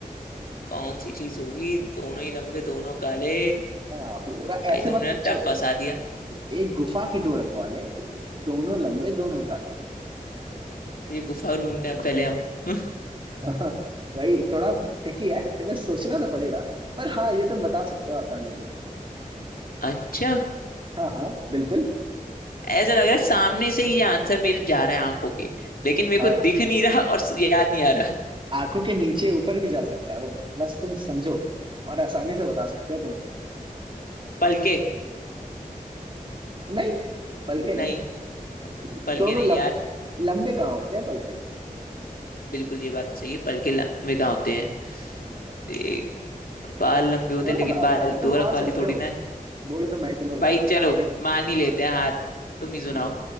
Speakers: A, on the left; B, on the right.
A: कौन सी चीज होगी दोनों ही लंबे दोनों काले
B: हैं हाँ पूरा
A: भाई
B: ऐसे मत
A: तुमने
B: सोचो
A: टफ फंसा दिया
B: एक गुफा के दो रखवाले दोनों लंबे दोनों काले
A: ये गुफा ढूंढे पहले हम <laughs>
B: <laughs> भाई थोड़ा ट्रिकी है तुम्हें सोचना तो पड़ेगा पर हाँ ये तुम बता सकते हो आसानी से
A: अच्छा
B: हाँ हाँ बिल्कुल
A: ऐसा लग रहा है सामने से ही ये आंसर मेरे जा रहा है आंखों के लेकिन मेरे
B: हाँ
A: को दिख नहीं रहा और स- याद नहीं आ रहा
B: आंखों के नीचे ऊपर भी जा सकता है वो बस तुम समझो और आसानी से बता सकते हो तुमसे
A: पलके
B: नहीं पलके नहीं
A: नहीं
B: दोनों
A: पलके नहीं
B: लम,
A: यार
B: लंबे कहाँ होते हैं पलके
A: बिल्कुल ये बात तो सही है पलके ल- में क्या होते हैं
B: हाँ,
A: एक, बाल लंबे होते
B: थोड़ा
A: हैं लेकिन
B: हार्ड
A: बाल
B: है
A: दो
B: तुम
A: रख
B: हार
A: वाले
B: सकते
A: थोड़ी
B: हो
A: ना है
B: बोलो तो मैं ही तुम्हें बता
A: भाई
B: देता
A: चलो
B: हूँ ठीक है
A: मान ही लेते हैं हार तुम ही सुनाओ
B: ठीक है